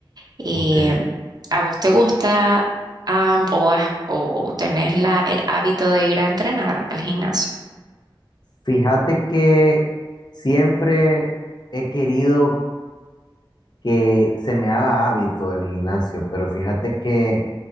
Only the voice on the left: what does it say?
Ok.
Fíjate que siempre he querido que se me haga hábito el gimnasio, pero fíjate que